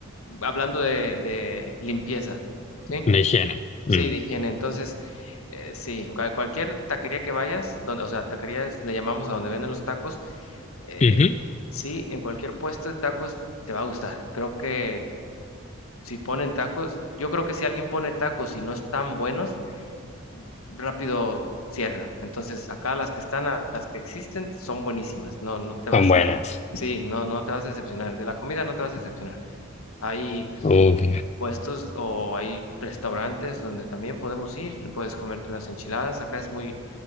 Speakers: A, on the left; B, on the left.
A: hablando de, de limpieza, ¿sí?
B: La higiene.
A: Sí,
B: Mm.
A: de higiene. Entonces, eh, sí, cual- cualquier taquería que vayas, donde, o sea, taquerías le llamamos a donde venden los tacos, eh,
B: Ujú.
A: sí, en cualquier puesto de tacos te va a gustar. Creo que si ponen tacos, yo creo que si alguien pone tacos y no están buenos, rápido cierra. Entonces, acá las que están, a- las que existen, son buenísimas. No, no te vas
B: Son buenas.
A: a, sí, no, no te vas a decepcionar. De la comida no te vas a decepcionar. Hay
B: Uf.
A: puestos o hay restaurantes donde también podemos ir, puedes comerte unas enchiladas, acá es muy,